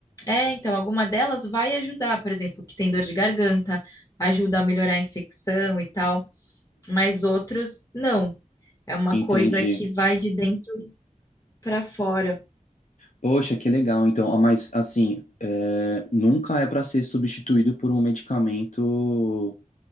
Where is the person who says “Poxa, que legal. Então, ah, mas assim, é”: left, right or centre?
Left